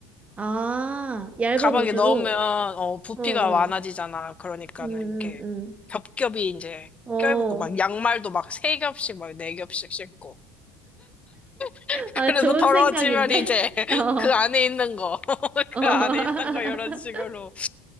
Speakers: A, on the right; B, on the left.
A: 아, 얇은
B: 가방에
A: 옷으로?
B: 넣으면 어 부피가
A: 어, 어.
B: 많아지잖아 그러니까는
A: 음,
B: 이렇게
A: 음,
B: 겹겹이 이제
A: 음. 어.
B: 껴입고 막 양말도 막 세 겹씩 막 네 겹씩 신고. <laughs>
A: 아,
B: 그래서
A: 좋은
B: 더러워지면
A: 생각인데?
B: 이제 <laughs>
A: <laughs> 어,
B: 그 안에 있는 거, <laughs>
A: 어.
B: 그 안에 있는 거 이런 식으로
A: <laughs>